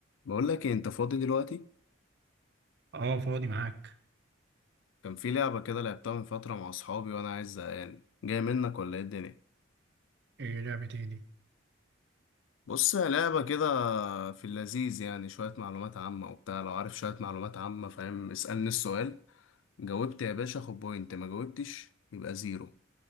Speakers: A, on the left; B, on the right.
A: بقول لك إيه، انت فاضي دلوقتي
B: اه فاضي معاك
A: كان في لعبة كده لعبتها من فترة مع اصحابي وانا عايز زهقان جاي منك ولا ايه الدنيا
B: ايه لعبة ايه دي
A: بص هي لعبة كده في اللذيذ يعني شوية معلومات عامة وبتاع لو عارف شوية معلومات عامة فاهم اسألني السؤال جاوبت يا باشا خد بوينت ما جاوبتش يبقى زيرو